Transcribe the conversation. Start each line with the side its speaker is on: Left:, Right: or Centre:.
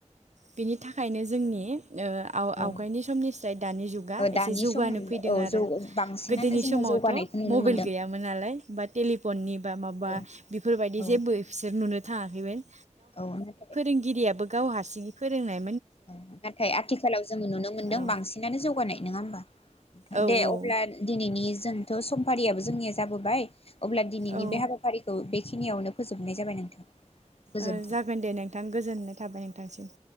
Right: बिनि थाखायनो जोंनि ओ आव
Left: ओ
Right: आवगायनि समनि स्राय दानि जुगा एसे
Left: दानि
Right: जौगानो
Left: सम
Right: फैदों
Left: औ
Right: आरो
Left: जौ बांसिनानो
Right: गोदोनि
Left: जोङो
Right: समावथ'
Left: जौगानायखौ नुनो
Right: मबाइल
Left: मोनदों
Right: गैयामोन नालाय बा टेलिफननि बा माबा
Left: औ
Right: बेफोरबायदि
Left: औ
Right: जेबो फिसोर नुनो <unintelligible>
Left: औ आं बे
Right: गिरियाबो गावहा सिनि फोरोंनाय
Left: औ नाथाय आथिखालाव जोङो नुनो मोनदों
Right: औ
Left: बांसिनानो जौगानाय नङा होमबा
Right: औ
Left: दे
Right: औ
Left: अब्ला दिनैनि जों थ' समफारियाबो जोंनिया जाबोबाय अब्ला दिनैनि
Right: औ
Left: बे हाबाफारिखौ बे खिनियावनो फोजोबनाय जाबाय नोंथां गोजोन्थों
Right: ओ जागोन दे नोंथां गोजोननाय थाबाय नोंथांनिसिम